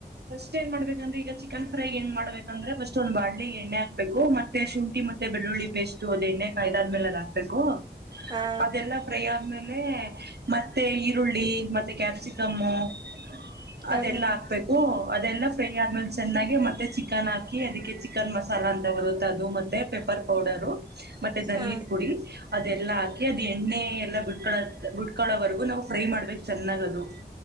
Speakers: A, on the right; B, on the right.
A: <unintelligible> ಮಾಡ್ಬೇಕೆಂದ್ರೆ ಈಗ ಚಿಕನ್ ಫ್ರೈ ಏನ್ ಮಾಡ ಬೇಕಂದ್ರೆ ಫಸ್ಟ್ ಒಂದ ಬಾಂಡ್ಲಿಗೆ ಎಣ್ಣೆ ಬೇಕು, ಮತ್ತೆ ಶುಂಠಿ ಮ <unintelligible> ಬೆಳ್ಳುಳ್ಳಿ ಪೇಸ್ಟು, ಅದು ಎಣ್ಣೆ ಕಾಯ್ದಾದ್ಮೇಲೆ ಅದ್ ಹಾಕ್ಬೇಕು
B: ಹಾ
A: ಅದೆಲ್ಲ ಫ್ರೈ ಆದ್ಮೇಲೆ, ಮತ್ತೆ ಈರುಳ್ಳಿ ಮತ್ತೆ ಕ್ಯಾಪ್ಸಿ <unintelligible>
B: ಹಾ
A: ಅದೆಲ್ಲ
B: ಹಾ
A: ಹಾಕ್ಬೇಕು. ಅದೆಲ್ಲ ಫ್ರೈ ಆದ್ಮೇಲೆ ಚೆನ್ನಾಗಿ, ಮತ್ತೆ ಚಿಕನ್ ಹಾಕಿ, ಅದಕ್ಕೆ ಚಿಕನ್ ಮಸಾಲ ಅಂತ ಬರುತ್ತೆ ಅದು, ಮತ್ತೆ ಪೆಪ್ಪರ್ ಪೌಡರ್ ಮತ್ತೆ ದನಿ
B: ಹಾ
A: ಪುಡಿ ಎಲ್ಲ ಹಾಕಿ ಅದ್ ಎಣ್ಣೆ ಎಲ್ಲಾ ಬಿಟ್ಕೊಳ್ಳ, ಬಿಟ್ಕೊಳ್ಳೋವರೆಗೂ ನಾವು ಫ್ರೈ ಮಾಡ್ಬೇಕ್ ಚೆನ್ನಾಗದು